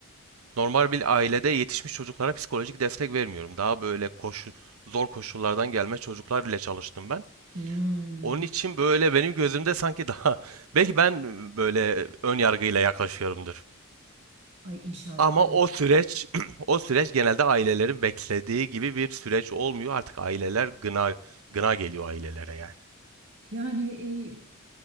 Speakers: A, on the right (about 85°); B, on the right (about 60°).
A: Normal bir ailede yetişmiş çocuklara psikolojik destek vermiyorum. Daha böyle koşu, zor koşullardan gelme çocuklar ile çalıştım ben.
B: Hmm.
A: Onun için böyle benim gözümde sanki daha <laughs> belki ben böyle ön yargıyla yaklaşıyorumdur.
B: Ay inşallah
A: Ama
B: öyledir.
A: o süreç <clears throat> o süreç genelde ailelerin beklediği gibi bir süreç olmuyor. Artık aileler gına gına geliyor ailelere yani.
B: Yani e,